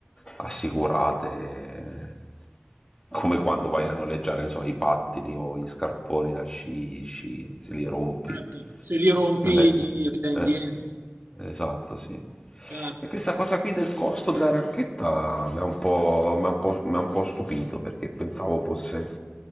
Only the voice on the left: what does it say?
assicurate, eh, come quando vai a noleggiare, non so, i pattini o gli scarponi da sci, gli sci, se li rompi
Vabbè,
che-
eh, esatto, sì.
E questa cosa qui del costo della racchetta mi ha un po', mi ha un po', mi ha un po' stupito perché pensavo fosse,